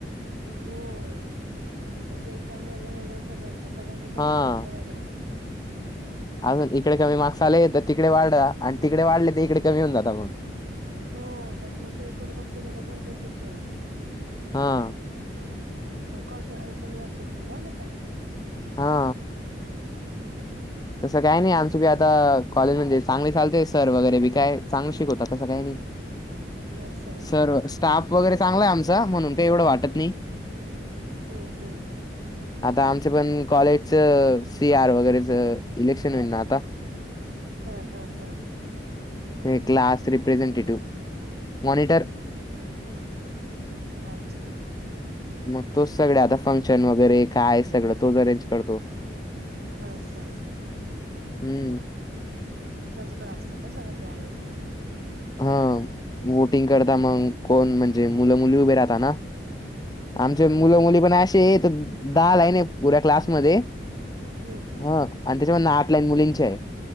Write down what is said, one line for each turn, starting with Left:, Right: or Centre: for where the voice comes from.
Right: हो त्याचे एक्झाम वेगळे-वेगळे सगळ्यांचे सगळ्यांच्या परीक्षा
Left: हा.
Right: वेगळ्या-वेगळ्या आहेत.
Left: अजून इकडे कमी मार्क्स आले तर तिकडे वाढला आणि तिकडे वाढले तर इिकडे कमी होऊन जाता मग
Right: हो त्याच्यामुळे सगळीकडें लक्ष देणं गरजेचंच आहे.
Left: हा.
Right: मग कॉन्सन्ट्रेशन व्यवस्थित ठेव हा बेटा
Left: हा.
Right: हम्म.
Left: तसं काही नाही आमची बी आता कॉलेज म्हणजे चांगली चालते सर वगैरे बी काय चांगलं शिकवतात तसं काही नाही.
Right: असं
Left: सर्व
Right: असं
Left: स्टाफ वगैरे चांगलाय आमचा म्हणून काही एवढं वाटत
Right: हम्म
Left: नाही.
Right: हम्म हम्म.
Left: आता आमच्या पण कॉलेजच सी आर वगैरेच इलेक्शन होईल ना आता
Right: हम्म हम्म हम्म.
Left: ते क्लास रिप्रेझेंटेटिव मॉनिटर
Right: अच्छा.
Left: मग तोच सगळं आता फंक्शन वगैरे काय सगळं तोच अरेंज करतो.
Right: अच्छा.
Left: हम्म.
Right: त्याच्याकडे असतं का सगळं ते अरेंज करणं.
Left: हा वोटिंग करता मंग कोण म्हणजे मुलं मुली उभे राहता ना
Right: हम्म
Left: आमचे मुलं
Right: हम्म
Left: मुली पण असे आहेत दहा लाईनी आहेत पुऱ्या क्लासमध्ये
Right: हम्म हम्म
Left: ह आणि त्याच्यामधन आठ लाईन मुलींची आहे.